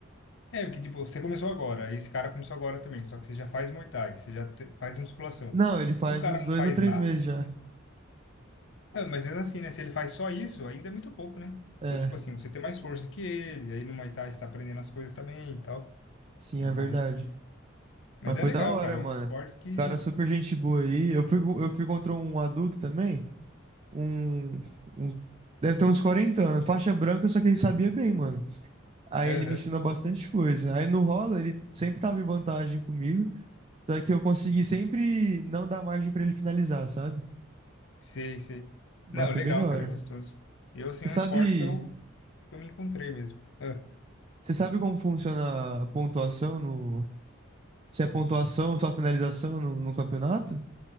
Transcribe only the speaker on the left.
é, porque, tipo, você começou agora, aí esse cara começou agora também, só que você já faz Muay Thai, você já te- faz musculação.
Se o cara
não
faz
nada,
Ah, mas mesmo assim, né? Se ele faz só isso, ainda é muito pouco, né?
Então, tipo assim, você tem mais força que ele, aí no Muay Thai você tá aprendendo as coisas também e tal.
Então,
mas
é
legal,
cara. É
um esporte
que.
Aham,
sei, sei.
Não,
legal,
cara, é gostoso. Eu, assim,
é
um esporte que eu, que eu me encontrei mesmo. Ah,